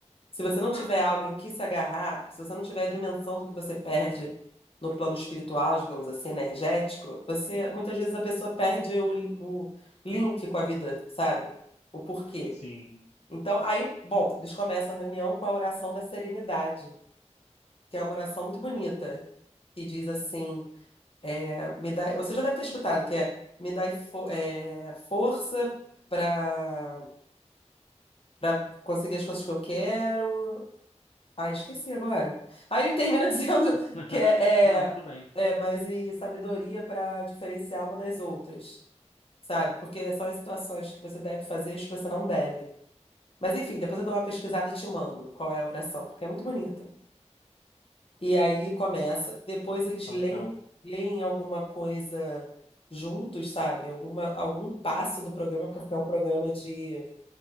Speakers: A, on the left (about 50°); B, on the left (about 70°).
A: Se você não tiver algo em que se agarrar, se você não tiver a dimensão do que você perde no plano espiritual, digamos assim, energético, você muitas vezes a pessoa perde o, li- o link com a vida, sabe? O porquê.
B: Sim.
A: Então, aí, bom, eles começam a reunião com a oração da serenidade, que é uma oração muito bonita, que diz assim é, me dá, você já deve ter escutado, que é me dá fo- é, força para para conseguir as coisas que eu quero. Ah, esqueci agora. Aí ele termina <laughs> dizendo
B: <laughs>
A: que é,
B: Não, tudo
A: é,
B: bem.
A: é, mas e sabedoria para diferenciar uma das outras, sabe? Porque são as situações que você deve fazer e as que você não deve. Mas enfim, depois eu dou uma pesquisada e te mando qual é a oração, porque é muito bonita. E aí começa. Depois eles
B: Tá
A: leem,
B: legal,
A: leem alguma coisa juntos, sabe? Alguma, algum passo do programa, porque é um programa de